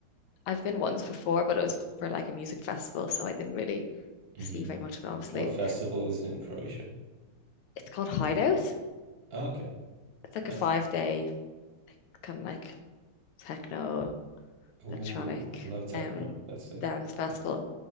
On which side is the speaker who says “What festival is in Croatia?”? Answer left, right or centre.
Right